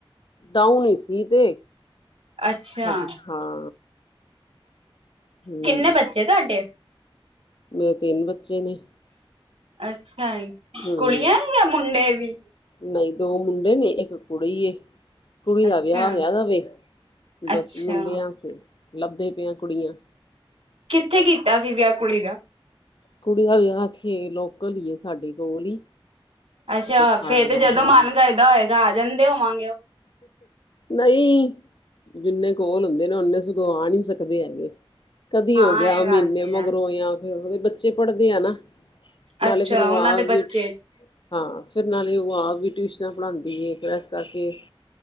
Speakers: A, on the left; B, on the right.
A: ਡਾਊਨ ਈ ਸੀ। ਤੇ
B: ਅੱਛਾ,
A: ਹਾਂਜੀ ਹਾਂ ਹੂੰ,
B: ਕਿੰਨੇ ਬੱਚੇ ਤੁਹਾਡੇ?
A: ਮੇਰੇ ਤਿੰਨ ਬੱਚੇ ਨੇ,
B: ਅੱਛਾ ਜੀ।
A: ਹੂੰ,
B: ਕੁੜੀਆਂ ਜਾਂ ਮੁੰਡੇ ਵੀ?
A: ਨਈ ਦੋ ਮੁੰਡੇ ਨੇ ਇੱਕ ਕੁੜੀ ਏ। ਕੁੜੀ
B: ਅੱਛਾ।
A: ਦਾ ਵਿਆਹ ਹੋਇਆ ਵਾਂ ਏ, ਬਸ
B: ਅੱਛਾ
A: ਮੁੰਡਿਆਂ ਲੱਭਦੇ ਪਏ ਆਂ ਕੁੜੀਆਂ
B: ਕਿੱਥੇ ਕੀਤਾ ਸੀ ਵਿਆਹ ਕੁੜੀ ਦਾ?
A: ਕੁੜੀ ਦਾ ਵੀ ਜਿਹੜਾ ਇੱਥੇ ਲੋਕਲ ਈ ਐ ਸਾਡੇ ਕੋਲ ਈ।
B: ਅੱਛਾ
A: ਖਾਰਵਨ
B: ਫੇਰ ਤੇ ਜਦੋਂ
A: ਹਾਂ।
B: ਮਨ ਕਰਦਾ ਹੋਏਗਾ ਆ ਜਾਂਦੇ ਹੋਵਾਂਗੇ ਉਹ
A: ਨਈ, ਜਿੰਨੇ ਕੋਲ ਹੁੰਦੇ ਨਾ ਓਨੇ ਸਗੋਂ ਆ ਨੀ ਸਕਦੇ ਹੈਗੇ। ਕਦੀ
B: ਹਾਂ
A: ਹੋ ਗਿਆ
B: ਇਹ
A: ਮਹੀਨੇ
B: ਗੱਲ ਤੇ ਹੈ
A: ਮਗਰੋਂ ਜਾਂ ਫੇਰ ਉਹਦੇ ਬੇ ਬੱਚੇ ਪੜ੍ਹਦੇ ਆ ਨਾ, ਨਾਲੇ
B: ਅੱਛਾ
A: ਫੇਰ ਉਹ
B: ਉਹਨਾਂ
A: ਆ
B: ਦੇ ਬੱਚੇ
A: ਵੀ ਹਾਂ ਨਾਲੇ ਉਹ ਆਪ ਟਿਊਸ਼ਨਾਂ ਪੜ੍ਹਾਉਂਦੀ ਐ ਫਿਰ ਇਸ ਕਰਕੇ।